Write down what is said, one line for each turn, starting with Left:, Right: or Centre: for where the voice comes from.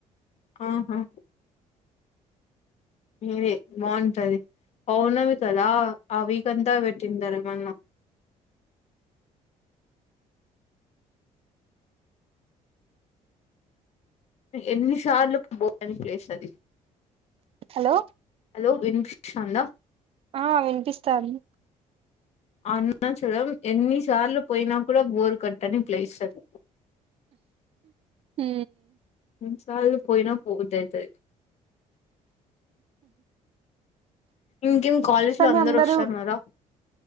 Left: ఆహా అదే బాగుంటది అవునవి కదా ఆ వీక అంతా పెట్టింటారు మన్న ఎన్నిసార్లకు పోని ప్లేస్ అది
Right: హలో
Left: హలో విం ాంలో
Right: ఆ వినిపిస్తాను
Left: అన్న చద ఎన్ని సార్లు పోయినా కూడా బోరు కట్టని ప్లస్తుంది
Right: హ
Left: ఎన్ని సార్లు పోయినా పోదాయితు ఇంకేం కాలేజ్
Right: కానీ
Left: లో అందరుూ
Right: అందరూ
Left: వస్తన్నారా